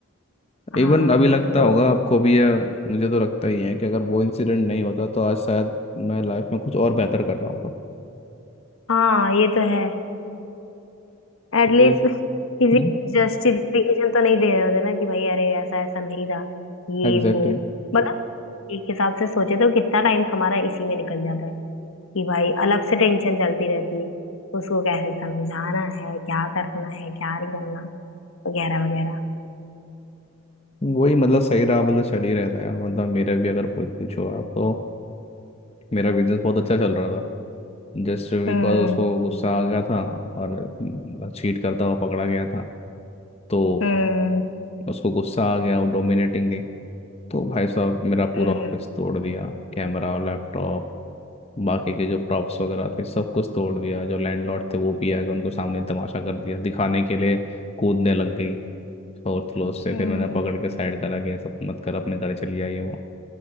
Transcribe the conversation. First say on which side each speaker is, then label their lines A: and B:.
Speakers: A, on the left; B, on the left.
A: हाँ
B: इवन अभी लगता
A: तो
B: होगा आपको भी या मुझे तो लगता ही है कि अगर वो इंसिडेंट नहीं होता तो आज शायद मैं लाइफ में कुछ और बेहतर कर रहा होता
A: हाँ ये तो है एटलीस्ट
B: ये
A: <laughs>
B: हम्म
A: किसी जस्टिफिकेशन तो नहीं दे रहे होते ना कि भाई अरे ऐसा ऐसा नहीं था ये
B: Exactly
A: वो
B: exactly.
A: मतलब एक हिसाब से सोचे तो कितना टाइम हमारा इसी में निकल जाता है कि भाई अलग से टेंशन चलती रहती है उसको कैसे समझाना है क्या करना है क्या नहीं करना वगैरह वगैरह
B: वही मतलब सही रहा मतलब चल ही रहता है यार मतलब मेरा भी अगर पूछ पूछो आप तो मेरा बिजनेस बहुत अच्छा चल रहा था जस्ट बिकॉज
A: हम्म
B: उसको गुस्सा आ गया था और चीट करता हुआ पकड़ा गया था तो
A: हम्म
B: उसको गुस्सा आ गया वो डोमिनेटिंग थी तो भाई साहब मेरा पूरा
A: हम्म
B: ऑफिस तोड़ दिया कैमरा लैपटॉप बाकी के जो प्रॉप्स वगैरह थे सब कुछ तोड़ दिया जो लैंडलॉर्ड थे वो भी आ गए उनको सामने तमाशा कर दिया दिखाने के लिए कूदने लग गई फोर्थ फ्लोर से
A: हम्म
B: फिर मैंने पकड़ के साइड करा गया सब मत कर अपने घर चली आई है वो